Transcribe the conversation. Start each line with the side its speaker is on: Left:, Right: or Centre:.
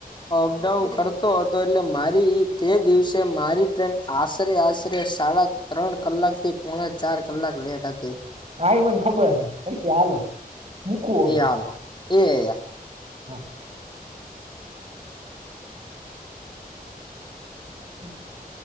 Left: અપડાઉન કરતો હતો એટલે મારી ઈ તે દિવસે તે મારી ટ્રેન આશરે આશરે સાડા ત્રણ કલાકથી પોણા ચાર કલાક લેટ હતી.
Right: હા એ મને ખબર હે હયસે હાલો મૂકો હવે
Left: એ હાલ એ અયા
Right: હા. <inaudible>